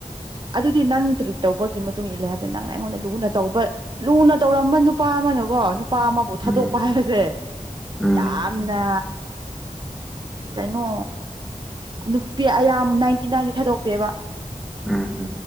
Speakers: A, on the right (about 35°); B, in the centre.
A: ꯑꯗꯨꯗꯤ ꯅꯪ ꯇ꯭ꯔꯤꯛ ꯇꯧꯕꯒꯤ ꯃꯇꯨꯡ ꯏꯜꯂꯦ ꯍꯥꯏꯕꯗ ꯅꯪꯅ ꯑꯩꯉꯣꯟꯗ ꯂꯨꯅ ꯇꯧꯕ ꯂꯨꯅ ꯇꯧꯔꯝꯕ ꯅꯨ ꯄꯥ ꯑꯃꯅꯀꯣ ꯅꯨꯄꯥ ꯑꯃꯕꯨ
B: ꯎꯝ
A: ꯊꯥꯗꯣꯛꯄ ꯍꯥꯏꯕꯁꯦ
B: ꯎꯝ
A: ꯌꯥꯝꯅ ꯀꯩꯅꯣ ꯅꯨꯄꯤ ꯑꯌꯥꯝ ꯅꯥꯏꯟꯇꯤ ꯅꯥꯏꯟꯗꯤ ꯊꯥꯗꯣꯛꯇꯦꯕ
B: ꯑꯩꯗꯤ